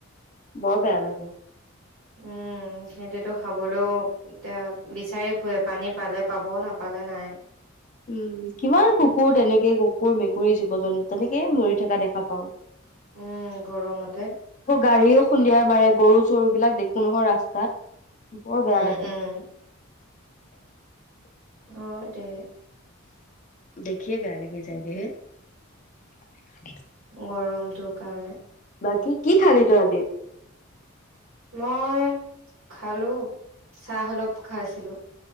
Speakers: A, on the left (about 35°); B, on the right (about 80°).
A: বৰ বেয়া লাগে।
B: উম। সিহঁতেতো খাবলয়ো অ', এতিয়া বিচাৰি ফুৰে পানী পালে পাব নাপালে নাই
A: উম, কিমান কুকুৰ তেনেকে কুকুৰ, মে কুৰি জীৱ জন্তু তেনেকেই মৰি থকা দেখা পাওঁ।
B: উম, গৰমতে।
A: গাড়ীয়ো খুন্দিয়াই মাৰে গৰু, চৰু বিলাক দেখো নহয় ৰাস্তাত। বৰ বেয়া
B: উম
A: লাগে।
B: উম হয়, দে।
A: দেখিয়ে বেয়া লাগে যায়গে হে <unintelligible>
B: গৰমটোৰ কাৰণে
A: বাকী কি খালি তহতি
B: মই খালো চাহ অলপ খাইছিলো